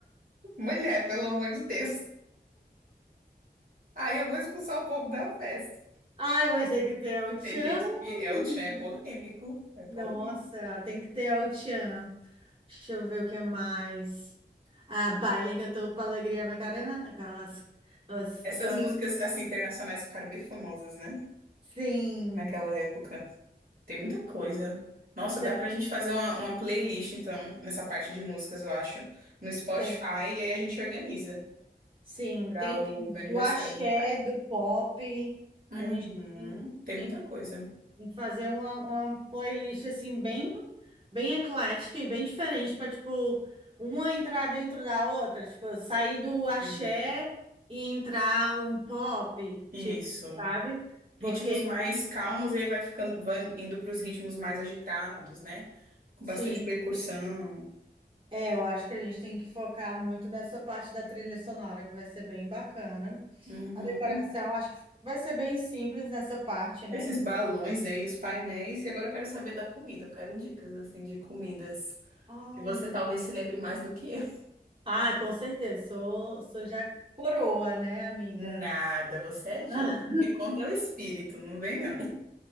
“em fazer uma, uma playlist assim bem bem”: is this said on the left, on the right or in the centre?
Right